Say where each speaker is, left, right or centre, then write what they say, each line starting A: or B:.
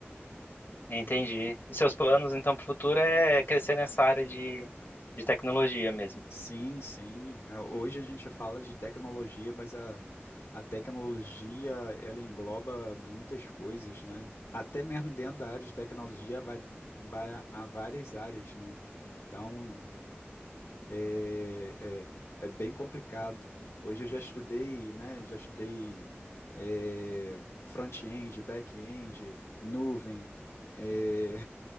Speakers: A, on the left (about 55°); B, on the left (about 85°).
A: Entendi. E seus planos, então, para o futuro é crescer nessa área de, de tecnologia mesmo.
B: Sim, sim. É, Hoje a gente fala de tecnologia, mas a, a tecnologia ela engloba muitas coisas, né? Até mesmo dentro da área de tecnologia vai, vai a, várias áreas, né? Então é, é, é bem complicado. Hoje eu já estudei, né? Já estudei é, front-end, back-end, nuvem. é,